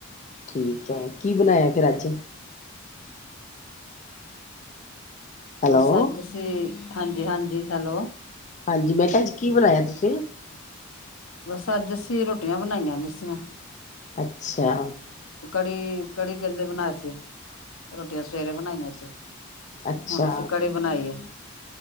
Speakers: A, on the left; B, on the left.
A: ਠੀਕ ਹੈ, ਕੀ ਬਣਾਇਆ ਫਿਰ ਅੱਜ ਹੈਲੋ
B: ਬਸ ਅੱਜ ਅਸੀਂ ਹਾਂਜੀ, ਹਾਂਜੀ ਹੈਲੋ
A: ਹਾਂਜੀ, ਮੈਂ ਕਿਹਾ ਅੱਜ ਕੀ ਬਣਾਇਆ ਤੁਸੀਂ?
B: ਬਸ ਅੱਜ ਅੱਸੀ ਰੋਟੀਆਂ, ਬਣਾਈਆਂ ਮਿ ਸੀਆਂ
A: ਅੱਛਾ
B: ਕੜੀ, ਕੜੀ ਕਹਿੰਦੇ ਬਨਾਸ਼ਯ ਰੋਟੀਆਂ ਸਵੇਰੇ ਬਣਾਈਆਂ ਸੀ।
A: ਅੱਛਾ
B: ਹੁਣ ਅਸੀਂ ਕੜੀ ਬਣਾਈ ਆ।